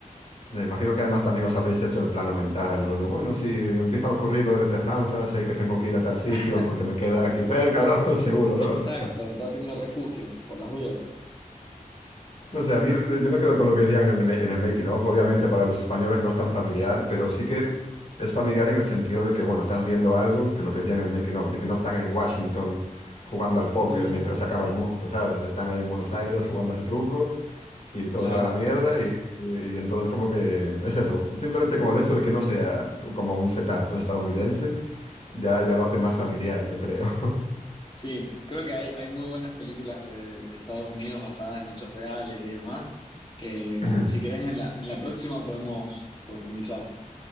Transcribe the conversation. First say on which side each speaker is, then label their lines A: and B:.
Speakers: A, on the left; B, on the left.
A: Ya, imagino que además también os habréis hecho el plano mental, rollo, bueno, si empieza a ocurrir lo del Eternauta, sé que tengo que ir a tal sitio
B: <laughs>
A: porque me queda aquí cerca, ¿no? <laughs> Seguro, ¿no?
B: Exacto, ya tengo refugio, por las dudas.
A: No sé, a mí l- yo me quedo con lo que decían en el, ma- en el making of. Obviamente para los españoles no es tan familiar, pero sí que es familiar en el sentido de que, bueno, estás viendo algo que lo que decían en el making of, de que no están en Washington jugando al póker
B: Ujú,
A: mientras se acaba el mundo, ¿sabes? Están ahí en Buenos Aires jugando al truco y todo
B: claro.
A: se va a la mierda y, y- y entonces como que es eso, simplemente como el hecho de que no sea como un setup estadounidense, ya, ya lo hace más familiar, yo creo.
B: Sí, creo que hay, hay muy buenas películas de, de Estados Unidos basadas en hechos reales y demás, que
A: <clears throat>
B: si querés en la, en la próxima podemos profundizar.